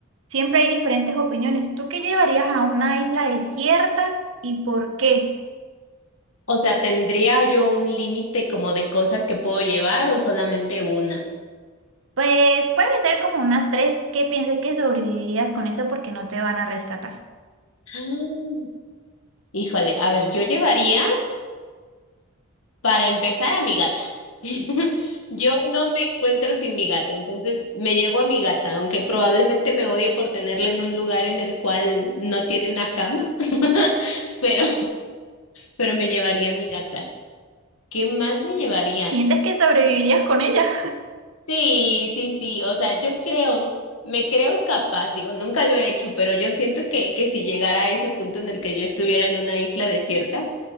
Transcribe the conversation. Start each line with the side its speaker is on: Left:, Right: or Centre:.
Right: siempre hay diferentes opiniones. ¿Tú qué llevarías a una isla desierta y por qué?
Left: O sea, ¿tendría yo un límite como de cosas que puedo llevar o solamente una?
Right: Pues puede ser como unas tres que piensen que sobrevivirías con eso porque no te van a rescatar.
Left: Ah, Híjole, a ver, yo llevaría para empezar a mi gata. <laughs> Yo no me encuentro sin mi gata, entonces me llevo a mi gata, aunque probablemente me odie por tenerla en un lugar en el cual no tiene una cama, <laughs> pero, pero me llevaría a mi gata. ¿Qué más me llevaría?
Right: ¿Sientes que sobrevivirías con ella?
Left: Sí, sí, sí, o sea, yo creo, me creo capaz, digo, nunca lo he hecho, pero yo siento que, que si llegara a ese punto en el que yo estuviera en una isla desierta,